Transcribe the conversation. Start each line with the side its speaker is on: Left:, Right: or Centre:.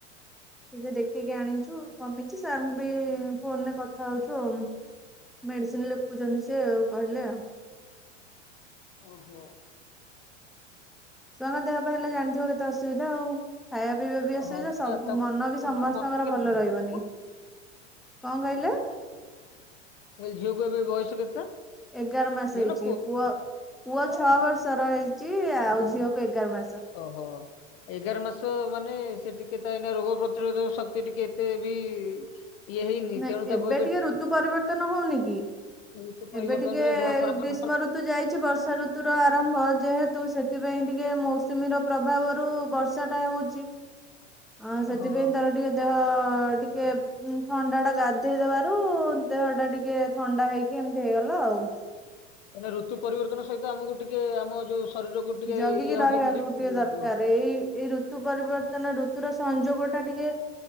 Centre: ତବେ ଦେଖିକି ଆଣିଚୁ କମିଚି ସାରର୍ଙ୍କୁ ବି ଫୋନ ରେ କଥା ହଉଚୁ ଆଉ। ମେଡିସିନ ଲେଖୁଚନ୍ତି ସେ ଆଉ କହିଲେ ଆଉ।
Left: ଓହୋ।
Centre: ଛୁଆଙ୍କ ଦେହ ପା ହେଲେ ଜାଣିଥିବ କେତେ ଅସୁବିଧା ଆଉ। ଖାଇବା ପିଇବା ବି ଅସୁବିଧା
Left: ହଁ
Centre: ସବୁ
Left: ପା ତାକୁ
Centre: ମନ ବି ସମସ୍ତଙ୍କର
Left: ବୟସ କେତେ?
Centre: ଭଲ ରହିବନି।
Left: ମୁଁ
Centre: କଣ କହିଲେ?
Left: ମୁଁ କହିଲି ଝିଅକୁ ଏବେ ବୟସ କେତେ?
Centre: ଏଗାର ମାସେ
Left: ଝିଅ
Centre: ହେଇଚି
Left: ନା
Centre: ପୁଅ ପୁଅ ଛଅ ବର୍ଷର ହେଇଚି ଆଉ ଝିଅକୁ ଏଗାର ମାସ।
Left: ଅହ। ଏଗାର ମାସ ମାନେ ସେ ଟିକେ ତ ଏଇନା ରୋଗ ପ୍ରତିରୋଧ ଶକ୍ତି ଟିକେ ଏତେ ବି ଇଏ ହେଇନି
Centre: ନାଇ
Left: ତେଣୁ ତାକୁ
Centre: ଏବେ ଟିକେ ଋତୁ ପରିବର୍ତ୍ତନ ହଉନି କି?
Left: ଋତୁ ପରିବର୍ତ୍ତନରେ
Centre: ଏବେ ଟିକେ
Left: ଦେହ ଖରାପ
Centre: ଗ୍ରୀଷ୍ମ
Left: ଆମର
Centre: ଋତୁ ଯାଇଚି ବର୍ଷା ଋତୁ ତୁର ଆରମ୍ଭ ଯେହେତୁ ସେଥିପାଇଁ ଟିକେ ମୌସୁମୀର ପ୍ରଭାବରୁ ବର୍ଷା ଟା ହେଉଚି। ଆଁ ସେଥିପାଇଁ
Left: ହଁ
Centre: ତାର ଟିକେ ଦେହ ଟିକେ ଥଣ୍ଡା ଟା ଗାଧେଇଦବାରୁ ଦେହ ଟା ଟିକେ ଥଣ୍ଡା ହେଇକି ଏମିତି ହେଇଗଲା ଆଉ।
Left: ମାନେ ଋତୁ ପରିବର୍ତ୍ତନ ସହିତ ଆମକୁ ଟିକେ ଆମ ଯୋଉ ଶରୀରକୁ ଟିକେ
Centre: ଜଗିକି
Left: ଇଏ
Centre: ରହିବାକୁ
Left: ହବାକୁ
Centre: ଟିକେ
Left: ଲାଗିବ
Centre: ଦରକାରେ ଏଇ ଏଇ ଋତୁ ଋତୁ ପରିବର୍ତ୍ତନ ଋତୁର ସଂଯୋଗ ଟା ଟିକେ